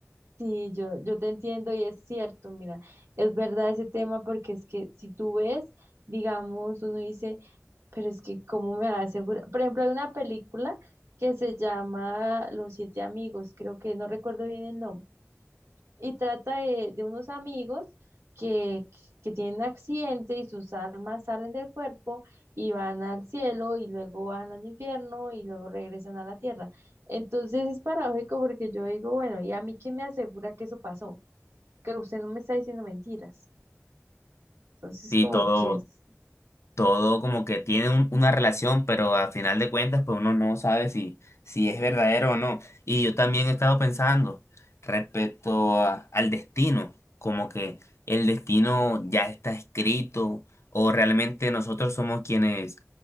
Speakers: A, on the right; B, on the left.
A: sí, yo, yo te entiendo y es cierto, mira, es verdad ese tema porque es que si tú ves, digamos, uno dice, pero es que ¿cómo me va a asegurar? Por ejemplo, hay una película que se llama Los Siete Amigos, creo que no recuerdo bien el nombre y trata de, de unos amigos que, que tienen un accidente y sus almas salen del cuerpo y van al cielo y luego bajan al infierno y luego regresan a la tierra. Entonces es paradójico porque yo digo, bueno, ¿y a mí quién me asegura que eso pasó? Que usted no me está diciendo mentiras. Entonces
B: Y
A: como
B: todo,
A: que, es-
B: todo como que tiene un- una relación, pero al final de cuentas, pues uno no sabe si, si es verdadero o no. Y yo también he estado pensando respecto a- al destino, como que el destino ya está escrito o realmente nosotros somos quienes,